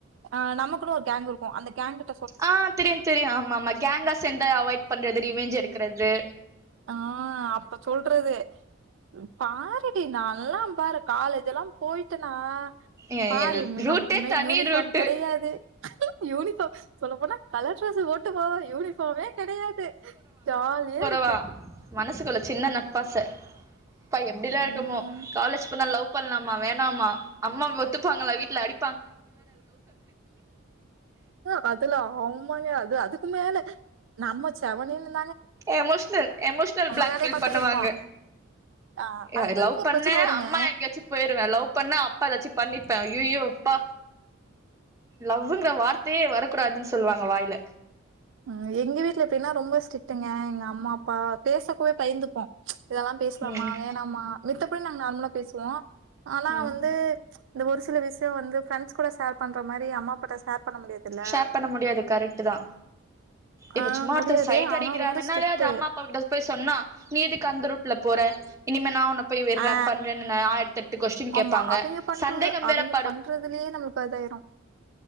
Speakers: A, on the right; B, on the right.
A: ஆஹ் நமக்குனு ஒரு கேங்கு இருக்கு அந்த கேங்குக்
B: ஆஹ் தெரியும் தெரியு ஆம் ஆமாம்மா கேங்கா சேந்து அவாய்ட் பண்றது ரிவேஞ்ச் எடுக்கிறது
A: ஆஹ் அப்ப சொல்றது பாரு இப்டி நால்லா பாரு காலேஜ் எல்லா போயிட்டனா
B: எ
A: பாரு
B: எல்
A: இன்மே
B: ரூட்டே
A: நமக்கு இனிமே
B: தனி
A: யூனிஃபாம்
B: ரூட்டு
A: கெடையாது யூனிஃபாம் சொல்ல போனா கலர் ட்ரெஸ்சு போட்டு போவாயே யூனிஃப் இப்பவே கெடையாது ஜாலியா இருக்
B: ப்பா மனசுக்குள்ளத் சின்ன நட்பாச ப்ப எப்டிலா
A: ம்
B: இருக்கமோ காலேஜ் போனா லவ் ப் பண்லாமா வேணாமா அம்மா ஒத்துப்பாங்குளா வீட்டுல அடிப்
A: ஹ அதுல ஆமாங்க அது அதுக்கு மேல நம்ம சேவனுமின்ஸ்
B: எமோஷ்னல் எமோஷ்னல் பிளாக்மெயில்
A: வேலைய பாத்துட்டு
B: பண்ணுவாங்க
A: இருப்போ ஆ
B: யார்
A: அங்க இருந்து
B: லவ்
A: ஒரு
B: பண்ண
A: பிரச்சன வருங்க
B: அம்மா எங்காச்சு போயிருவே லவ் பண்ண அப்பா ஏதாச்சு பண்ணிப்பேன் ஐயியோ யுப்பா லவ்வுங்கிற வார்த்தியே வரக்கூடாதுன்னு சொல்லுவாங்க வாய் இல்ல
A: உம் எங்கு வீட்டுல எப்டின்னா ரொம்ப ஸ்ட்டுங்க எங்க அப் அம்மாப்பா பேசக்கூட பயந்துப்போம் இதெல்லாம் பேசலாமா
B: ம்
A: வேணாமா மத்தபடி நாங்க நார்மலா பேசுவோம் ஆனா
B: ஆ
A: வந்து இந்த ஒரு சில விஷயம் வந்து ஃப்ரெண்ட்ஸ் கூட ஷேர் பண்ற மாரி அம்மா அபாட்ட ஷேர் பண்ண முடியாதுல்ல.
B: ஷேர் பண்ண முடியாது கரெக்ட் தான் இப்ப
A: ஆ
B: சும்மா
A: முடியாது.
B: ஒருத்தர் சைட்
A: ஆனா
B: அடிக்கிறானாலே
A: ரொம்ப ஸ்ட்ரிக்ட்டு.
B: அது அம்மா அப்பா கிட்ட போய் சொன்னா நீ எதுக்கு அந்த ரூட்ல போற இனிமே நான் உன்ன போய் விடுறன்
A: ஆ
B: ப ஆயிரத்தி எட்டு கொஸ்டின் கேட்பாங்க
A: ஆமா அவிங்க பண்றது
B: சந்தேகம்
A: அவிங்க
B: வேறப்படுவாங்க
A: பண்றதுலயே நம்மளுக்கு இதாயிரும்.